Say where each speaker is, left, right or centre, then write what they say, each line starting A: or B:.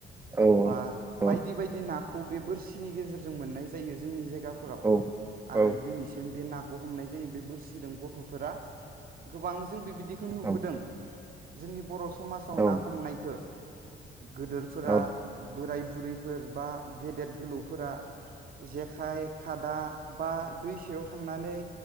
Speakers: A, on the right; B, on the right.
A: औ
B: बा
A: औ
B: बायदि बायदि ना खौ बे बोरसिनि गेजेरजों मोननाय जायो जोंनि जायगायाव बिगाफोराव
A: औ
B: आरो
A: औ
B: दिनैसिम बे ना खौ हमनाय जायो बे बोरसि गथफोरा गोबां जों बेबादि <unintelligible> बिदिखौ नुबोदों
A: औ
B: जोंनि बर समाजाव
A: औ
B: ना हमनायखो गोदोरफोरा
A: औ
B: बोराय बुरैफोर बा गेदेद गोलौफोरा जेखाइ खादा बा दैसायाव थांनानै